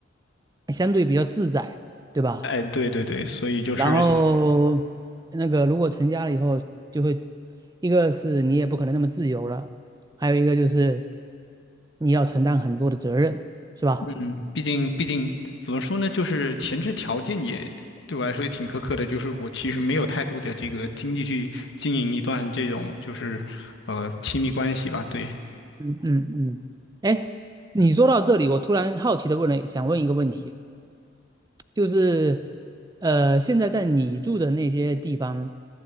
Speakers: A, on the right; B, on the left.
A: 相对比较自在，对吧？
B: 哎，对对对，所以就是，
A: 然后那个如果成家了以后，就会一个是你也不可能那么自由了，还有一个就是你要承担很多的责任，是吧？
B: 嗯，毕竟毕竟怎么说呢，就是前置条件也对我来说也挺苛刻的，就是我其实没有太多的这个精力去经营一段这种就是呃亲密关系吧，对。
A: 嗯嗯，哎，你说到这里，我突然好奇的问了，想问一个问题。就是呃，现在在你住的那些地方，